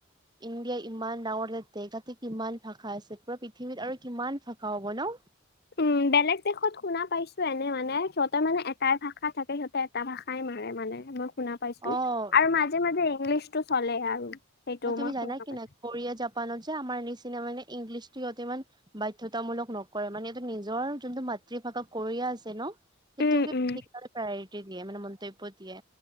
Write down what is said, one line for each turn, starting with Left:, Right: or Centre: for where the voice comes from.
Right: ইণ্ডিয়া ইমান ডাঙৰ তাতে তাতে কিমান ভাষা আছে পুৰা পৃথিৱীত আৰু কিমান ভাষা হ'ব ন
Left: উম বেলেগ দেশত শুনা পাইছোঁ এনে মানে সিহঁতে মানে এটাই ভাষা থাকে সিহঁতে এটা ভাষাই মাৰে মানে মই শুনা পাইছো
Right: অ',
Left: আৰু মাজে মাজে ইংলিছ টো চলে আৰু সেইটো
Right: হয় তুমি
Left: মই
Right: জানা
Left: শুনা
Right: কি
Left: পাইছো।
Right: না কৰিয়া জাপানত যে আমাৰ নিচ সেকাণে মানে ইংলিছটো ইহতে ইমান বাধ্যতামূলক নকৰে মানে হিহতৰ নিজৰ যোনটো মাতৃভাষা কৰিয়া আছে ন সেটোকে
Left: উম, উম,
Right: হিহতি প্ৰায়ৰিটি দিয়ে মানে মন্তব্য দিয়ে